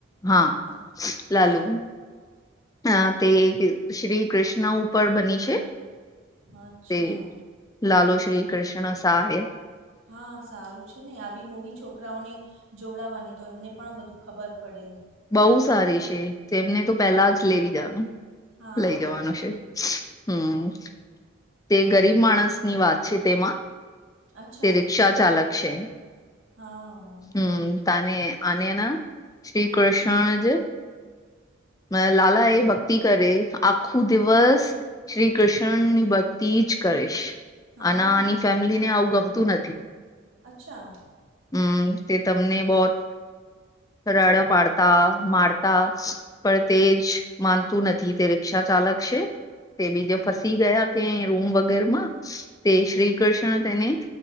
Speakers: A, on the left; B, on the right.
A: હા
B: અચ્છ- અચ્છા
A: લાલો અ
B: બરાબર
A: તે શ્રી કૃષ્ણ ઉપર બની છે.
B: અચ્છા
A: તે લાલો શ્રી કૃષ્ણ સાહે
B: હા સારું છે ને આવી મૂવી છોકરાઓને જોડાાવવાની તો એમને પણ બધું ખબર પડે
A: બહુ સારી છે તેમને તો પેલા જ લેવી જાનું
B: હા
A: લઈ જવાનું
B: બરાબર
A: છે હમ્મ તે
B: હા
A: ગરીબ માણસની વાત છે તેમાં
B: અચ્છા
A: તે રિક્ષા ચાલક છે
B: હા
A: હમ્મ તાને આને એના શ્રી કૃષ્ણ જ અ લાલા એ ભક્તિ કરે આખો દિવસ શ્રી કૃષ્ણની ભક્તિ જ કરીશ.
B: હા
A: અને આની ફેમિલીને આવું ગમતું
B: અચ્છા
A: હમ્મ તે તમને બોહત રડો પાડતા મારતા પણ તે જ માનતું નથી તે રિક્ષા ચાલક છે. તે બીજા ફસી ગયા કે રૂમ વગેર માં તે શ્રી કૃષ્ણ તેને